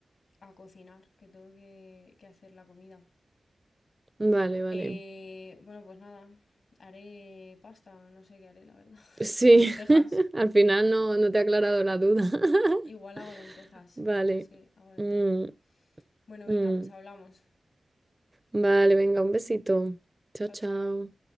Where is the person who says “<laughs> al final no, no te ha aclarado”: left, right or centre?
Right